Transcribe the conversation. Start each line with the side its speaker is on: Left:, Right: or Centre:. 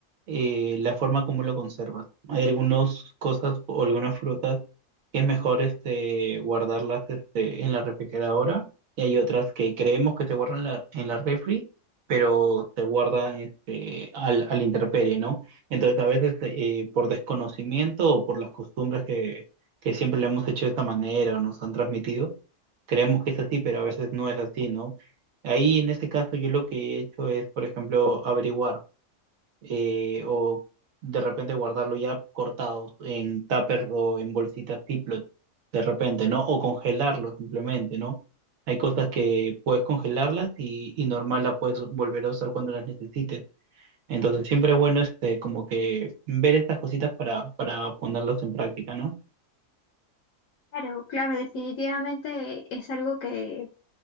Right: eh, la forma como lo conservas. ¿no? Hay algunas cosas o algunas frutas que es mejor este, guardarlas este, en la refrigeradora y hay otras que creemos que se guardan en la, en la refri, pero se guardan este, al, al intemperie, ¿no? Entonces a veces eh, por desconocimiento o por las costumbres que, que siempre le hemos hecho de esta manera o nos han transmitido, creemos que es así, pero a veces no es así, ¿no? Ahí en este caso yo lo que he hecho es, por ejemplo, averiguar eh, o de repente guardarlo ya cortado en tupper o en bolsitas Ziploc, de repente, ¿no? O congelarlo simplemente, ¿no? Hay cosas que puedes congelarlas y, y normal las puedes volver a usar cuando las necesites. Entonces siempre es bueno este, como que ver estas cositas para, para ponerlas en práctica, ¿no?
Left: Claro, claro, definitivamente es algo que